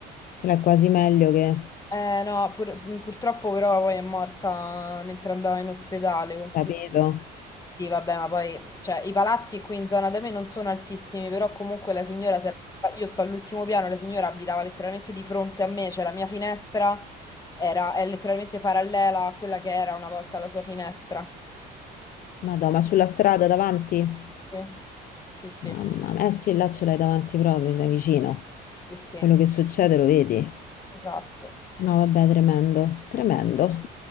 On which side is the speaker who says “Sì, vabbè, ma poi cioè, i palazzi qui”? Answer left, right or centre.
Left